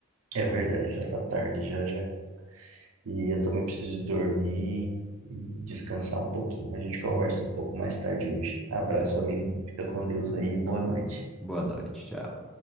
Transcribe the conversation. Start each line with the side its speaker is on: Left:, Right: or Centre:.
Right: É verdade, já tá tarde, já, já. E eu também preciso dormir e descansar um pouquinho. A gente conversa
Centre: Uhum.
Right: um pouco mais tarde hoje. Abraço,
Centre: Beleza.
Right: amigo. Fica com Deus aí, boa
Centre: Ah,
Right: noite.
Centre: Boa noite, tchau.